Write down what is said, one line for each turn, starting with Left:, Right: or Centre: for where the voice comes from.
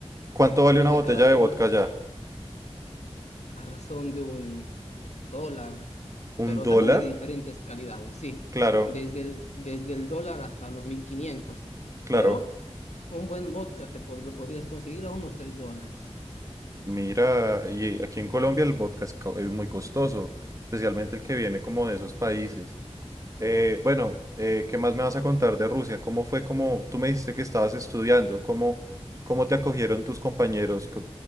Right: ¿Cuánto
Left: después
Right: vale una
Left: de
Right: botella
Left: cada
Right: de
Left: comida,
Right: vodka ya?
Left: a razón de un dólar,
Right: ¿Un
Left: pero
Right: dólar?
Left: también hay de diferentes calidades, sí,
Right: Claro,
Left: desde el, desde el dólar hasta los 1500,
Right: claro.
Left: pero un buen vodka te pod- lo podrías conseguir a unos 3 dólares.
Right: Mira, y aquí en Colombia el vodka es, co- es muy costoso, especialmente el que viene como de esos países. Eh, bueno, eh, ¿qué más me vas a contar de Rusia? ¿Cómo fue como tú me dijiste que estabas estudiando? ¿Cómo, cómo te acogieron tus compañeros? ¿Qué-